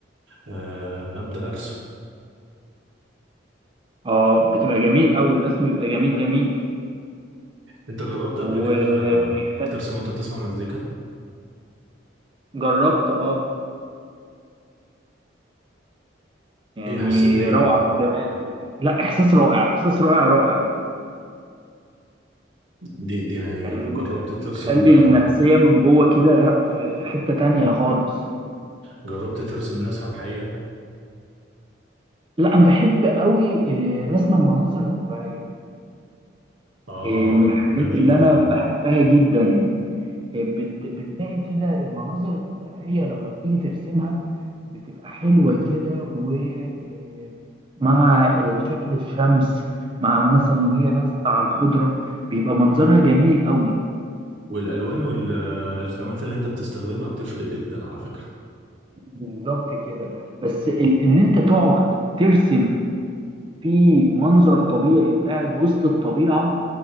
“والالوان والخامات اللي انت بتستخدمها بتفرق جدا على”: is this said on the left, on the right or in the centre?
Right